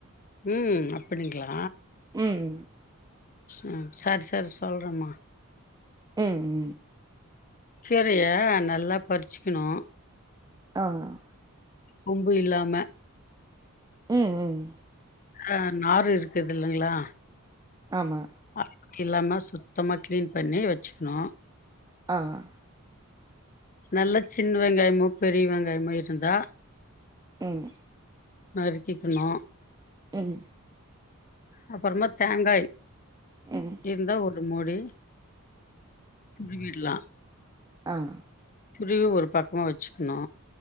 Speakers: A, on the left; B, on the right.
A: உம் அப்டிங்ளா
B: ம்
A: அஹ் சரி சரி சொல்றேமா
B: உம் உம்
A: கீரைய நல்லா பறிச்க்கணு
B: ஆஹ்
A: கொம்பு இல்லாம
B: உம் உம்
A: ஆஹ் நாறு இருக்குது இல்லைங்ளா
B: ஆமா
A: அழுக்கு இல்லாம சுத்தமா க்ளீன் பண்ணி வச்சுக்ணு
B: ஆஹ்
A: நல்ல சின் வெங்காயமு பெரிய வெங்காயமு இருந்தா
B: ம்
A: நறுக்கிக்கணு
B: உம்
A: அப்பறமா தேங்காய்
B: ம்
A: இருந்தா ஒரு மூடி துருகிட்லா
B: ஆஹ்
A: துருவி ஒரு பக்கமா வச்சுக்ணு